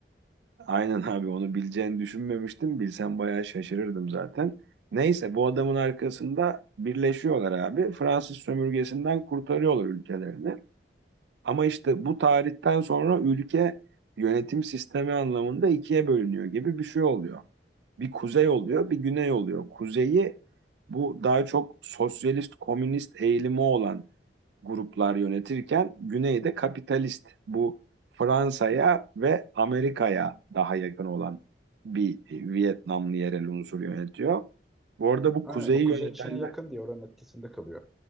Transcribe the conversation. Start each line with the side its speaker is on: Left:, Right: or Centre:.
Right: Aynen abi onu bileceğini düşünmemiştim. Bilsem bayağı şaşırırdım zaten. Neyse bu adamın arkasında birleşiyorlar abi. Fransız sömürgesinden kurtarıyorlar ülkelerini. Ama işte bu tarihten sonra ülke yönetim sistemi anlamında ikiye bölünüyor gibi bir şey oluyor. Bir kuzey oluyor, bir güney oluyor. Kuzeyi bu daha çok sosyalist, komünist eğilimi olan gruplar yönetirken güneyde kapitalist bu Fransa'ya ve Amerika'ya daha yakın olan bir Vietnamlı yerel unsur yönetiyor. Bu arada bu
Centre: Aynen
Right: kuzeyi
Centre: o Kuzey
Right: yönetenler
Centre: Çin'e yakın diye oranın etkisinde kalıyor.